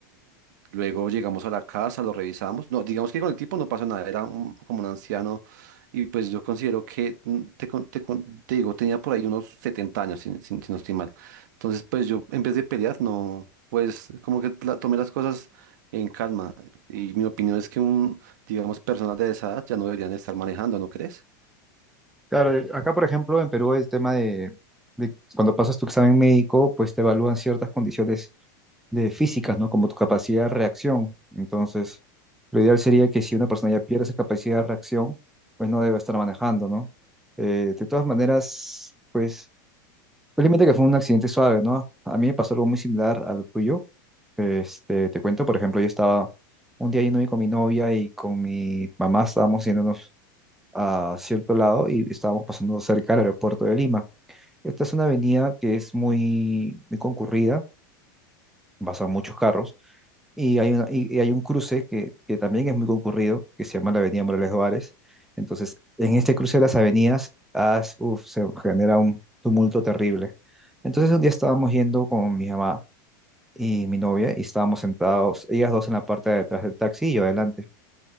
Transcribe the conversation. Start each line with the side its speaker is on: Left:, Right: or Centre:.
Right: Luego llegamos a la casa, lo revisamos. No, digamos que con el tipo no pasó nada, era un- como un anciano y pues yo considero que, mm, te, con- te, con- te digo, tenía por ahí unos 70 años, si, si- si no estoy mal. Entonces, pues yo en vez de pelear, no, pues como que la- tomé las cosas en calma y mi opinión es que un, digamos, personas de esa edad ya no deberían estar manejando, ¿no crees?
Centre: Claro, el- acá por ejemplo en Perú el tema de, de cuando pasas tu examen médico, pues te evalúan ciertas condiciones de físicas, ¿no? Como tu capacidad de reacción. Entonces, lo ideal sería que si una persona ya pierde esa capacidad de reacción, pues no debe estar manejando, ¿no? Eh, de todas maneras, pues, felizmente que fue un accidente suave, ¿no? A mí me pasó algo muy similar al tuyo. Este, te cuento, por ejemplo, yo estaba un día yendo con mi novia y con mi mamá estábamos yéndonos a cierto lado y estábamos pasando cerca del aeropuerto de Lima. Esta es una avenida que es muy, muy concurrida, en Bazaros. Y hay, una- y, y hay un cruce que, que también es muy concurrido, que se llama la Avenida Morales Juárez. Entonces, en este cruce de las avenidas, as- uf, se genera un tumulto terrible. Entonces, un día estábamos yendo con mi mamá y mi novia, y estábamos sentados, ellas dos en la parte de atrás del taxi y yo adelante.